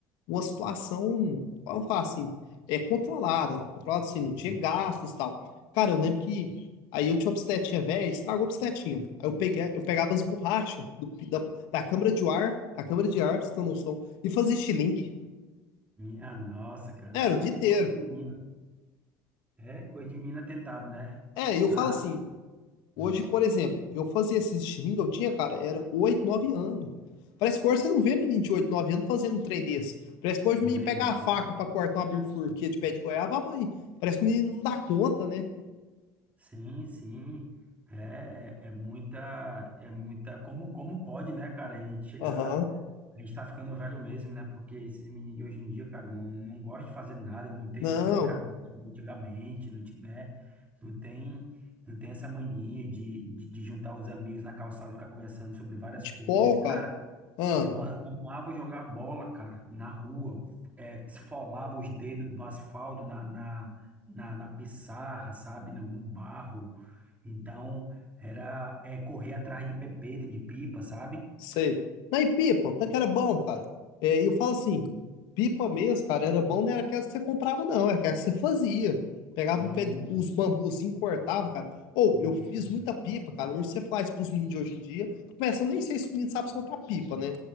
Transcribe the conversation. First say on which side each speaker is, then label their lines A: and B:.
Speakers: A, on the left (about 75°); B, on the right (about 20°).
A: uma situação, vamos falar assim, é controlada, né? Controlada assim, não tinha
B: Sim.
A: gastos e tal. Cara, eu lembro que aí eu tinha uma bicicletinha velha, estragou a bicicletinha. Aí eu peguei, eu pegava as borrachas do- da, da câmara de ar, da câmara de ar, pra você ter noção, e fazia estilingue.
B: Minha nossa, cara,
A: Era o dia inteiro.
B: é coisa de menina. É coisa de menina tentado, né?
A: É, e eu
B: Ah,
A: falo assim, Hoje,
B: hum,
A: por exemplo, eu fazia esses streaming eu tinha, cara, era 8, 9 anos. Parece que hoje você não vê menino de 8, 9 anos fazendo um trem desse. Parece que hoje
B: hum,
A: o menino
B: bem,
A: pega a faca
B: olha.
A: pra cortar uma bifurquia de pé de goiaba, ah, mãe. Parece que o menino não dá conta, né?
B: Sim, sim. É, é muita, é muita. Como, como pode, né, cara, a gente chegar.
A: Aham.
B: A gente tá ficando velho mesmo, né? Porque esses meninos de hoje em dia, cara, não, não gostam de fazer nada, não tem
A: Não,
B: essas brincadeiras de antigamente, não, ti- né? Não tem, não tem essa mania de, de, de juntar os amigos na calçada e ficar conversando sobre várias
A: futebol,
B: coisas.
A: cara.
B: Cara,
A: Ah,
B: eu a- amava jogar bola, cara, na rua, é, esfolava os dedos no asfalto, na, na, na, na pissarra, sabe? No, no barro. Então, era, é, correr atrás de pepeta, de pipa, sabe?
A: Sei. Não, e pipa, o tanque era bom, cara. É, e eu falo assim, pipa mesmo, cara, era bom, não era aquelas que você comprava, não, era aquelas que você fazia. Pegava
B: Sim,
A: um pé, os bambuzinhos, cortava, cara. Ou,
B: Isso.
A: eu fiz muita pipa, cara. Hoje você faz pros meninos de hoje em dia. Começa, eu nem sei se os meninos sabem soltar pipa, né?